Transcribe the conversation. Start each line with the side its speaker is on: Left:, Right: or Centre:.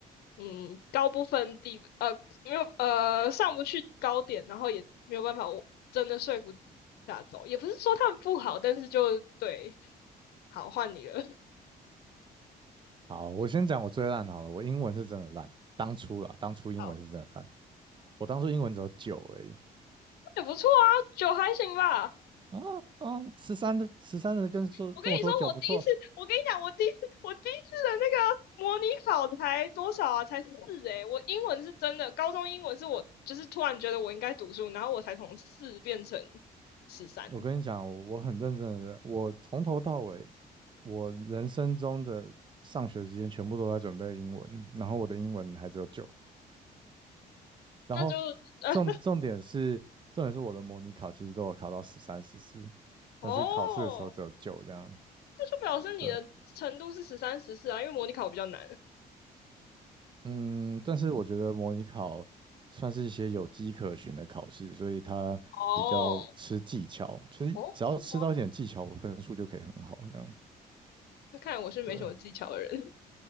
Left: 嗯，高不分低，呃，没有，呃，上不去高点，然后也没有办法，我真的说服大家走，也不是说他们不好，但是就对，好，换你了，<laughs>
Right: 好，我先讲我最烂的好了，我英文是真的烂，当初啦，当初英文是真的烂。
Left: 好，
Right: 我当初英文只有九而已。
Left: 也不错啊，九还行吧。
Right: 啊啊，十三的十三的跟说跟我说九不错，
Left: 我跟你说，我第一次，我跟你讲，我第一次，我第一次的那个模拟考才多少啊？才四诶、欸我英文是真的，高中英文是我就是突然觉得我应该读书，然后我才从四变成十三，
Right: 我跟你讲，我很认真的，我从头到尾，我人生中的上学时间全部都在准备英文，然后我的英文还只有九，然后
Left: 那就呃
Right: 重重点是重点是我的模拟考其实都有考到十三十四，
Left: 哦，
Right: 但是考试的时候只有九这样，
Left: 那就表示你的程度是十三、
Right: 对，
Left: 十四啊，因为模拟考比较难。
Right: 嗯，但是我觉得模拟考算是一些有迹可循的考试，所以它比较吃技巧，
Left: 哦，
Right: 就是只要吃到一点技巧，
Left: 哦，是吗？
Right: 我分数就可以很好，这样
Left: 那看来我是没什么技巧的人。
Right: 对。